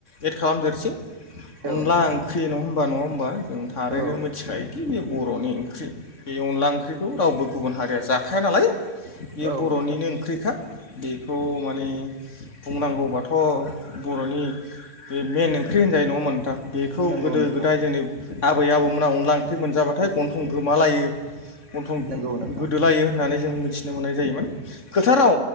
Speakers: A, on the left (about 70°); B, on the right (about 70°).
A: एद खालामदेरसै
B: औ
A: अनला
B: नोंथां
A: ओंख्रि नङा होनबा नङा होमबा जों थारैनो
B: औ नोंथां
A: मिथिखायोदि बे बर'नि ओंख्रि बे अनला ओंख्रिखौ रावबो गुबुन हारिया जाखाया नालाय बेयो
B: औ नोंथां औ
A: बर'निनो
B: नोंथां
A: ओंख्रिखा बेखौ माने बुंनांगौबाथ' बर'नि बे मेन ओंख्रि होनजायो नङा होनबा थां बेखौ
B: नंगौ
A: गोदो
B: नोंथां
A: गोदाय जोंनि आबै आबौमोनहा अनला ओंख्रि मोनजाबाथाय गन्थं गोमालायो गन्थं
B: नंगौ नोंथां
A: गोदोलायो होननानै जों मिथिनो मोननाय जायोमोन खोथा राव